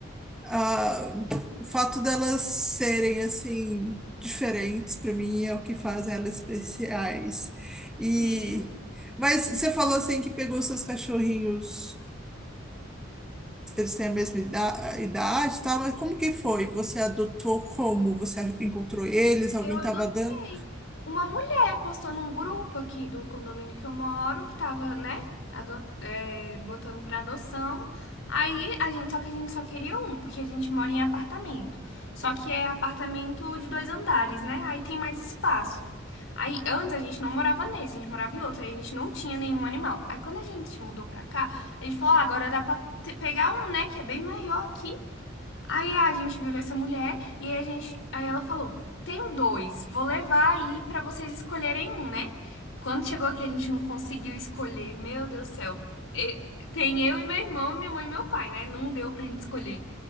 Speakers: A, in the centre; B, on the left.
A: Ah, o fato delas serem assim diferentes para mim é o que faz elas especiais. E
B: Sim,
A: mas você falou assim que pegou seus cachorrinhos, eles têm a mesma ida- idade, e tal, mas como que foi? Você adotou como? Você encontrou eles? Alguém
B: eu
A: estava
B: adotei.
A: dando?
B: Uma mulher postou num grupo aqui do condomínio que eu moro, que tava, né, ado- é, botando pra adoção. Aí a gente, só que a gente só queria um, porque a gente mora em apartamento. Só que é apartamento de dois andares, né? Aí tem mais espaço. Aí antes a gente não morava nesse, a gente morava em outro, aí a gente não tinha nenhum animal. Aí quando a gente mudou pra cá, a gente falou, ah, agora dá pra te- pegar um, né, que é bem maior aqui. Aí a gente viu essa mulher e aí a gente, aí ela falou: "Tem dois, vou levar aí pra vocês escolherem um, né?" Quando chegou aqui a gente não conseguiu escolher. Meu Deus do céu. E- tem eu e meu irmão, e minha mãe e meu pai, né? Não deu pra gente escolher.